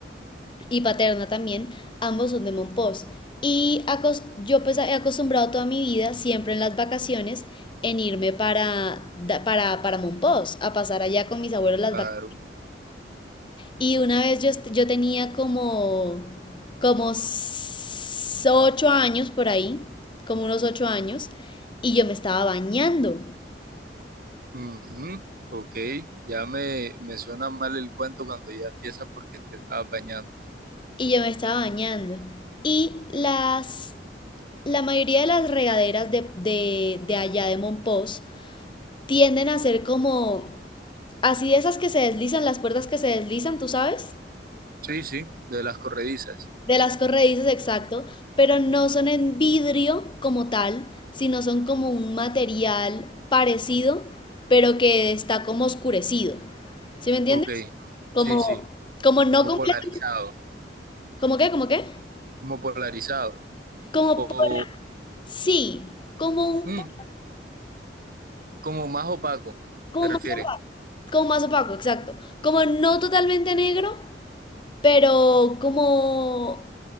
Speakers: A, on the left; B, on the right.
A: y paterna también, ambos son de Monpós. Y acost- yo pues he acostumbrado toda mi vida, siempre en las vacaciones, en irme para, para, para Monpós, a pasar allá con mis abuelos las
B: Claro.
A: vacaciones. Y una vez yo, est- yo tenía como, como s- ocho años por ahí, como unos ocho años, y yo me estaba bañando,
B: Ujú, Ok, ya me, me suena mal el cuento cuando ya empiezas porque te estabas bañando.
A: y yo me estaba bañando. Y las, la mayoría de las regaderas de, de, de allá de Monpós tienden a ser como así de esas que se deslizan, las puertas que se deslizan, ¿tú sabes?
B: Sí, sí, de las corredizas.
A: De las corredizas, exacto, pero no son en vidrio como tal, sino son como un material parecido, pero que está como oscurecido. ¿Sí me entiendes?
B: Ok,
A: Como,
B: sí, sí,
A: como no
B: como
A: completamente,
B: polarizado,
A: ¿como qué? ¿Como qué?
B: como polarizado.
A: Como
B: O
A: por, sí, como un
B: mm,
A: po-
B: como más opaco,
A: como
B: ¿te refieres?
A: más, opaco, como más opaco, exacto. Como no totalmente negro, pero como